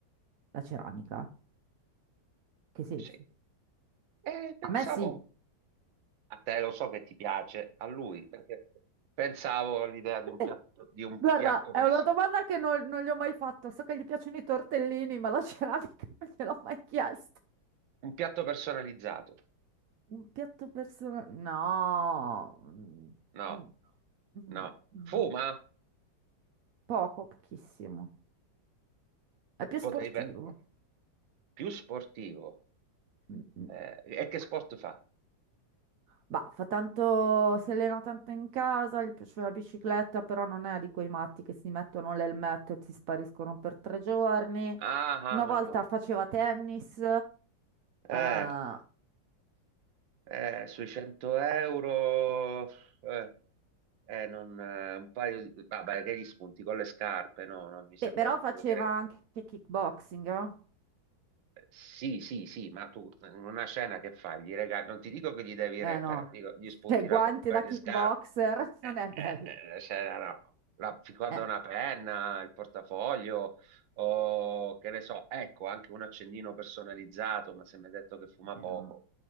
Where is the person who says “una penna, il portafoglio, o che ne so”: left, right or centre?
Right